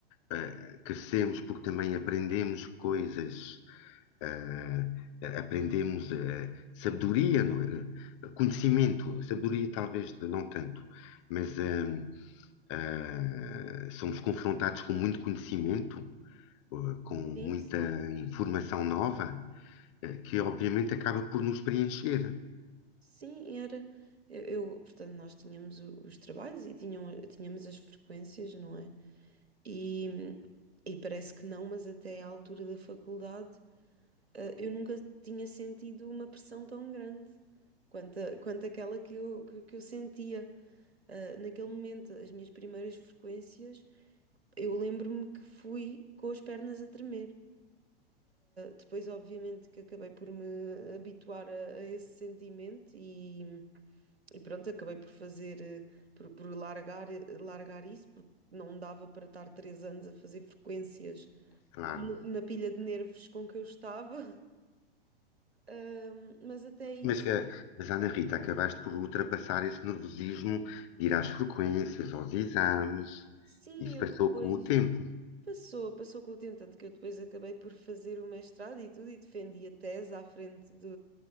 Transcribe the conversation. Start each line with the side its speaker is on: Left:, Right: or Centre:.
Left: eh, crescemos porque também aprendemos coisas Ah, aprendemos ah, sabedoria, não é? Ah, conhecimento, sabedoria talvez não tanto, mas ah, ah, somos confrontados com muito conhecimento, ah, com muita
Right: sim, sim,
Left: informação nova, ah, que obviamente acaba por nos preencher,
Right: sim, era. Eu, eu, portanto, nós tínhamos o- os trabalhos e tinham, tínhamos as frequências, não é? E, e parece que não, mas até à altura da faculdade, ah, eu nunca tinha sentido uma pressão tão grande quanto, a- quanto aquela que eu, que, que eu sentia. ah, naquele momento, as minhas primeiras frequências, eu lembro-me que fui com as pernas a tremer. Depois, obviamente, que acabei por me habituar a, a esse sentimento e, e pronto, acabei por fazer, eh, por, por largar, eh, largar isso, porque não dava para estar três anos a fazer frequências
Left: claro.
Right: n- na pilha de nervos com que eu estava. <laughs> Ahm, Mas até isso,
Left: Mas, ah, mas Ana Rita, acabaste por ultrapassar esse nervosismo, ir às frequências, aos exames,
Right: sim,
Left: isso
Right: eu
Left: passou
Right: depois.
Left: com o tempo
Right: Passou, passou com o tempo, tanto que eu depois acabei por fazer o mestrado e tudo, e defendi a tese à frente de,